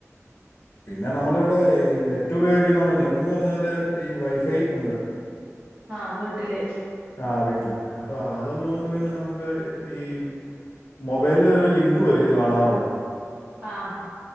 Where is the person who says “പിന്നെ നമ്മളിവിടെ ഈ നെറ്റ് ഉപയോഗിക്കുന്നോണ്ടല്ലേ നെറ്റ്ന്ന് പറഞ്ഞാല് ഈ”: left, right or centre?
Left